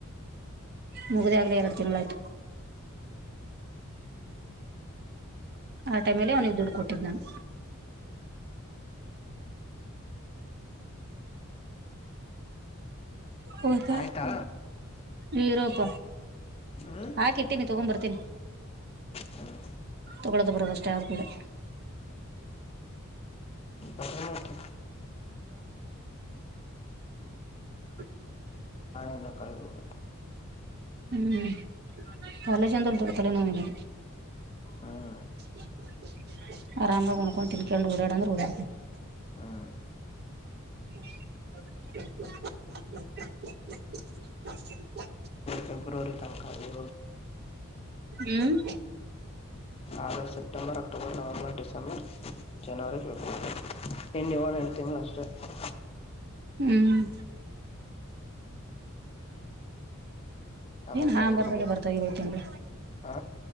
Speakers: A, on the right (about 50°); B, on the left (about 25°).
A: ಮುಗ್ದ ಆಗ್ಲೆ ಎರಡ ತಿಂಗಳಾಯ್ತು. ಆ ಟೈಮಲ್ಲೇ ಅವ್ನಿಗ ದುಡ್ಡ ಕೊಟ್ಟಿದ್ ನಾನು. ಹೋತ
B: ಆಯ್ತಾ
A: ನೀರೂಪ.
B: ಹ್ಮ್
A: ಹಾಕ ಇಟ್ಟನಿ ತಗೊಂಬರ್ತೀನಿ.
B: ಹ್ಮ್
A: ತಗೊಳ್ಳೋದು ಬರೋದು ಅಷ್ಟೇ ಆದ ಕೂಡ್ಲೇ.
B: ಬಟನವತ್ತ
A: ಹ <unintelligible>
B: ಎಲ್ಲ ಕಳದ ಹೊಬೇಕು.
A: ಹ್ಮ್ ಕಾಲೇಜ್ ಅಂದ್ರ <unintelligible> ದೊಡ್ತಾರೆ ಅವ್ನ ಮೇಲೆ
B: ಹ್ಮ್
A: <unintelligible> ಆರಾಮಾಗಿ ಉಣಕೊಂಡು ತಿನ್ಕೆಂಡ ಓಡ್ಯಾಡಂದ್ರ ಓಡ್ಯಾತನ್. <inaudible>
B: ಹ್ಮ್
A: <inaudible>
B: ಫೆಬ್ರುವರಿ ತನಕ ಇ
A: ಹ್ಮ್
B: August September October November December January February ಇನ್ ಏಳ ಎಂಟ ತಿಂಗಳ ಅಷ್ ಹ <unintelligible>
A: ಹ್ಮ್
B: ಆಮೇಲೆ
A: ಹಾ,
B: ಬೆಂಗ್ಳೂರ್
A: ಹೊರಗಡೆ
B: ಹೋಗ್ಬೇಕು
A: ಬರ್ತಾ ಇದೆ ಕ್ಯಾಮೆರಾ?
B: ಹ